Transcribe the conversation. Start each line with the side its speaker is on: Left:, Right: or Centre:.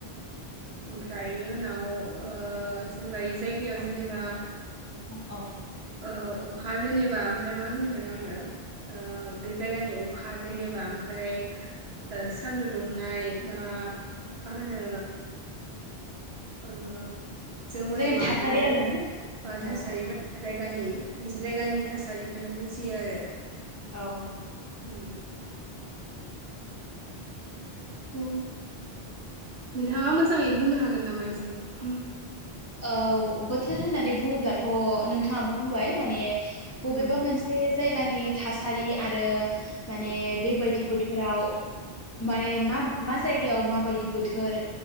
Right: ओमफ्राय इनि उनाव ओ जेनेबा इ जायगायाव जेनेबा
Left: औ।
Right: ओ अखा जेनेबा ओमफ्राय मा होनदोंमोन आङो ओ बे जायगानि अखा जेनेबा ओमफ्राय ओ सान्दुं दुंनाय बा मा होनो ओ जोमै
Left: बे जागोन
Right: माबानाय
Left: थासारि आरोना
Right: ओ थासारि
Left: औ
Right: जायगानि जायगानि थासारिखौनो बुजि बि आरो
Left: औ
Right: उम उम नोंथाङा मोजाङै बुंनो हागोन नामा एसे होम
Left: औ बोथोर होननानै बुङोब्लाथ' नोंथाङाबो बुंबाय माने
Right: उम
Left: बबेबा मोनसे जायगानि थासारि आरो माने बेबायदि बोथोराव माने मा मा जायगायाव माबायदि बोथोर